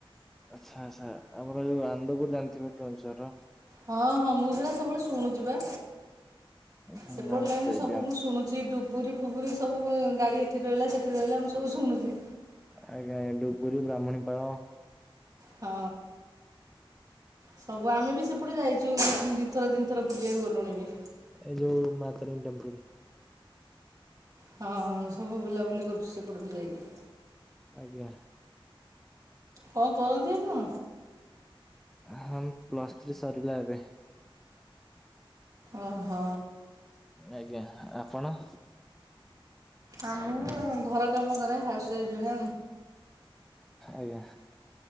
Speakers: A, in the centre; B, on the right (about 40°).
A: ଆଚ୍ଛା ଆଛା ଆମର ଯୋଉ ଆନନ୍ଦ ପୁରୁ ଜାଣିଥିବେ କେଉଁଝର ର?
B: ହଁ ହଁ ମୁଁ ସେଇଟା ସବୁବେଳେ ଶୁଣୁଛି ବା।
A: ହୁଁ
B: ସେପଟେ
A: ଆମର
B: ଲାଇନି
A: ସେଇଠି
B: ସବୁ ମୁଁ ଶୁଣୁଛି। ଡୁବୁରି ଫୁବୁରି ସବୁ ଗାଡି ଏଠି ରହିଲା ସେଠି ରହିଲା ମୁଁ ସବୁ ଶୁଣୁଛି।
A: ଆଜ୍ଞା ଡୁବରିୀ ବ୍ରାହ୍ମଣୀପାଳ।
B: ହଁ ସବୁ ଆମେ ବି ସେପଟେ ଯାଇଛୁ। ଦି ଥର ତିନି ଥର ବୁଲିବାକୁ ଗଲୁଣି ବି।
A: ଏଇ ଯୋଉ ମାାତାରିଣୀ ଟେମ୍ପୁଲୁ।
B: ହଁ ସବୁ ବୁଲାବୁଲି କରୁଛୁ ସେପଟେ କୁ ଯାଇକି।
A: ଆଜ୍ଞା।
B: କଣ କରନ୍ତି ଆପଣ?
A: ହଁ ପ୍ଲସ୍ ଥ୍ରୀ ସରିଲା ଏବେ।
B: ଓହୋ।
A: ଆଜ୍ଞା ଆପଣ?
B: ଆ ମୁଁ ଘର କାମ କରେ ହାଉସୱାଇଫ୍ ଜଣେ।
A: ଆଜ୍ଞା।